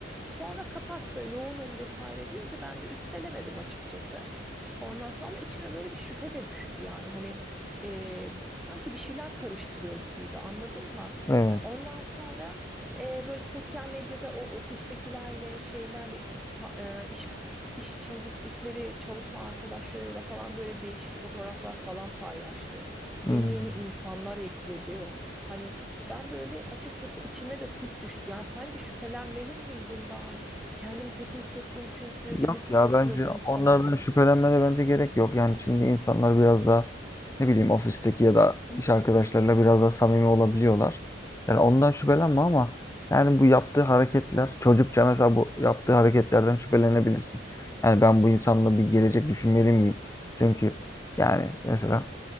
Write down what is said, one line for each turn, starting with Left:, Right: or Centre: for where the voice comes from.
Centre: Sonra kapattı yoğunum vesaire deyince ben de üstelemedim açıkçası. Ondan sonra ama içime böyle bir şüphe de düştü yani hani e, sanki bir şeyler karıştırıyor gibiydi anladın mı?
Left: Evet.
Centre: Ondan sonra e, böyle sosyal medyada o ofistekilerle şeylerle ta- e, iş iş için gittikleri çalışma arkadaşlarıyla falan böyle değişik fotoğraflar falan paylaştı. Yeni
Left: Hmm.
Centre: yeni insanlar ekledi. Hani ben böyle açıkçası içime de kurt düştü. Yani sence şüphelenmeli miyim bundan? Kendimi kötü hissettim çünkü bir
Left: Yok
Centre: de stalkladım
Left: ya bence onlardan
Centre: falan.
Left: şüphelenmene bence gerek yok. Yani şimdi insanlar biraz daha ne bileyim ofisteki ya da iş arkadaşlarıyla biraz daha samimi olabiliyorlar. Yani ondan şüphelenme ama yani bu yaptığı hareketler çocukça mesela bu yaptığı hareketlerden şüphelenebilirsin. Yani ben bu insanla bir gelecek düşünmeli miyim? Çünkü yani mesela